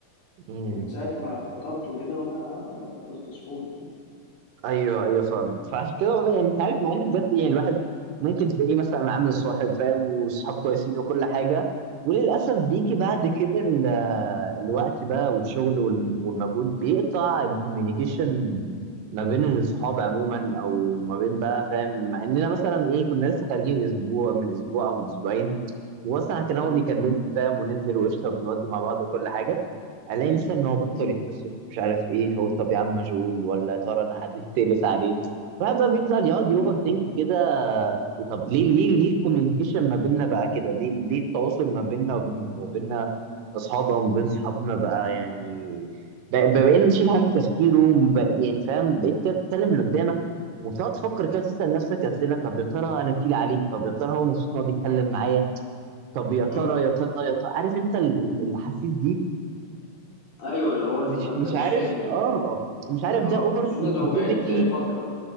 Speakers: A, on the right; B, on the left.
A: فاهم
B: يعني من ساعة ما خطبت وكده وانا خلاص مسحول فاهم
A: ايوه ايوه فاهمك فعشان كده والله يعني انت عارف مع ان بجد يعني الواحد ممكن تلاقيه مثلا عامل صاحب فاهم وصحاب كويسين وكل حاجه وللاسف بيجي
B: مم،
A: بعد كده ال- الوقت بقى والشغل وال- والمجهود بيقطع الكوميونيكيشن ما بين الصحاب عموما او ما بين بقى فاهم مع اننا مثلا ايه كنا لسه خارجين اسبوع من اسبوع او من اسبوعين واصلا كان هو
B: مم،
A: بيكلمني فاهم وننزل وقشطه وبنودي مع بعض وكل حاجه الاقي مثلا ان هو بطل
B: مم،
A: يتصل مش عارف ايه فاقول طب يا عم مشغول ولا يا ترى انا عديت تقلت عليه الواحد بقى بيفضل يقعد
B: مم،
A: يوفر ثينك كده طب ليه ليه ليه الكوميونيكيشن ما بيننا بقى كده ليه ليه التواصل ما بيننا وبين وبيننا اصحاب او ما بين صحابنا بقى يعني بق- بقينا نشيل هم تفكيره بق- يعني فاهم بقيت كده تتكلم اللي قدامك وبتقعد تفكر كده تسأل نفسك أسئلة طب يا ترى أنا تقيل عليه طب يا ترى هو مبسوط إن هو بيتكلم معايا طب يا ترى
B: مم.
A: يا ترى يا ترى عارف أنت ال- ال- الأحاسيس دي
B: ايوه اللي هو تبقى
A: مش
B: انت
A: مش
B: مش
A: عارف
B: فاهم
A: اه
B: يعني
A: مش عارف
B: اه
A: ده اوفر
B: خصوصا
A: سنسيتيفيتي
B: لو بعدت فترة